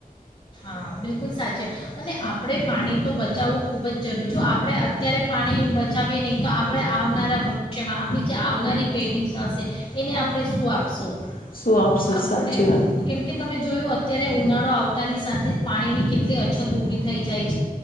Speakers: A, on the left (about 40°); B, on the left (about 70°).
A: હા બિલકુલ સાચું. અને આપણે પાણી તો બચાવવું ખૂબ જ જરૂરી, જો આપણે અત્યારે પાણી બચાવીએ નહીં, તો આપણે આવનારા ભવિષ્યમાં આપણી જે આવનારી પેઢી હશે એને આપણે શું આપશું? આપણે
B: શું આપશું સાચી વાત
A: કેમકે તમે જોયું અત્યારે ઉનાળો આવ તા ની સાથે પાણીની કેટલી અછત ઊભી થઈ જાય છ